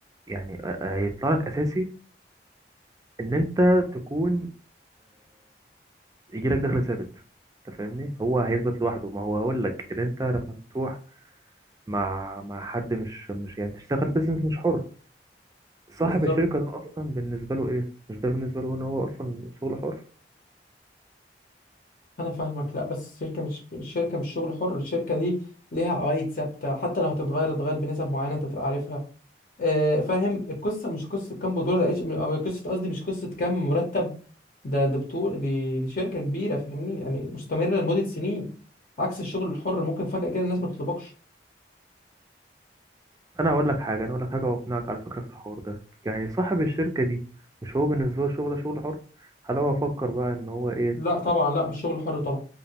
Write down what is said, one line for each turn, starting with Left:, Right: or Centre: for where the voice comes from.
Right: يعني آه، آه، هيطلع لك اساسي ان انت تكون يجي لك دخل ثابت انت فاهمني هو هيثبت لوحده ما هو هقول لك اللي انت لما تروح مع مع حد مش مش يعني تشتغل بيزنس مش حر صاحب
Left: بالظبط
Right: الشركه ده اصلا بالنسبه له ايه مش ده بالنسبه له ان هو اصلا شغل حر
Left: انا فاهمك لا بس الشركه مش الشركه مش شغل حر الشركه دي ليها عوايد ثابته حتى لو هتتغير تتغير بنسب معينه انت بتبقى عارفها آه فاهم القصه مش قصه كام بطوله ده إيش- آه، قصه قصدي مش قصه كام مرتب ده ده بطوله دي, دي شركه كبيره فاهمني يعني مستمره لمده سنين عكس الشغل الحر ممكن فجاه كده الناس ما تطلبكش
Right: انا هقول لك حاجه انا هقول لك حاجه واقنعك على فكره في الحوار ده يعني صاحب الشركه دي مش هو بالنسبه له الشغل ده شغل حر هل هو فكر بقى ان هو ايه
Left: لا طبعا لا مش شغل حر طبعا